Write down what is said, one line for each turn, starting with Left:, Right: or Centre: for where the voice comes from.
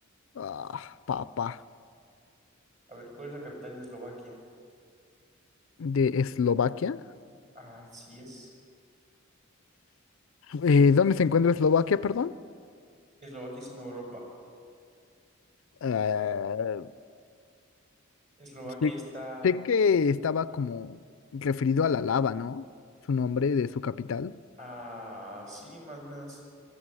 Left: Ah, papá.
Right: A ver, ¿cuál es la capital de Eslovaquia?
Left: De Eslovaquia.
Right: Así es.
Left: Eh, ¿dónde se encuentra Eslovaquia, perdón?
Right: Eslovaquia es en Europa.
Left: Eh,
Right: Eslovaquia
Left: Sé,
Right: está.
Left: sé que estaba como referido a la lava, ¿no? Su nombre de su capital.
Right: Ah, sí, más o menos